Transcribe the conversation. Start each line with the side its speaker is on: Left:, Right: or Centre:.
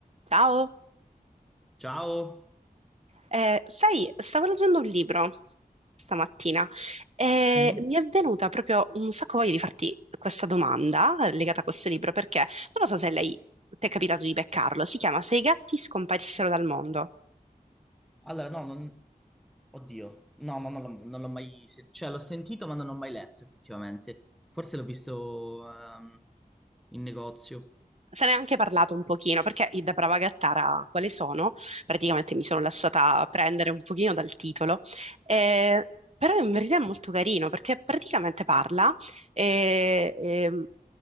Right: Ciao,
Centre: Ciao.
Right: Eh, sai, stavo leggendo un libro stamattina e
Centre: Mhm.
Right: mi è venuta proprio un sacco voglia di farti questa domanda eh, legata a questo libro, perché non lo so se lei ti è capitato di beccarlo, si chiama Se i gatti scomparissero dal mondo.
Centre: Allora, no, non... Oddio, no, no, non l'ho non l'ho mai... se- Cioè, l'ho sentito, ma non l'ho mai letto, effettivamente. Forse l'ho viso ehm, in negozio.
Right: se ne è anche parlato un pochino, perché i Da Brava Gattara quali sono? Praticamente mi sono lasciata prendere un pochino dal titolo, eh, però in verità è molto carino, perché praticamente parla eh, ehm,